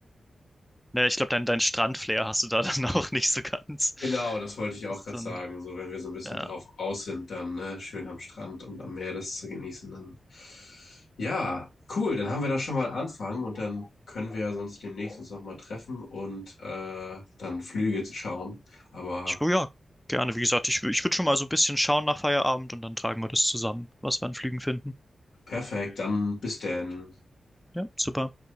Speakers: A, in the centre; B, on the left.
A: Ne, ich glaube, dein, dein Strandflair hast du da <laughs> dann auch nicht so ganz.
B: Genau, das wollte ich auch
A: Ist
B: gerade
A: dann,
B: sagen. So, wenn wir so ein bisschen
A: ja.
B: drauf aus sind, dann ne, schön am Strand und am Meer das zu genießen, dann ja, cool. Dann haben wir da schon mal einen Anfang und dann können wir ja sonst demnächst uns nochmal treffen und äh, dann Flüge zu schauen. Aber
A: Ich, oh ja, gerne. Wie gesagt, ich, wü- ich würde schon mal so ein bisschen schauen nach Feierabend und dann tragen wir das zusammen, was wir an Flügen finden.
B: perfekt, dann bis denn.
A: Ja, super.